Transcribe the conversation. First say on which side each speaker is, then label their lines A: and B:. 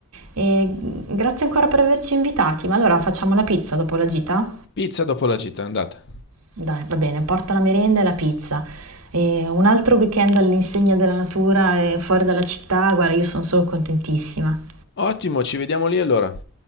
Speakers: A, on the right; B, on the left.
A: E grazie ancora per averci invitati. Ma allora facciamo la pizza dopo la gita?
B: Pizza dopo la gita, andata.
A: Dai, va bene, porto la merenda e la pizza. E un altro weekend all'insegna della natura e fuori dalla città, guarda, io sono solo contentissima.
B: Ottimo, ci vediamo lì allora.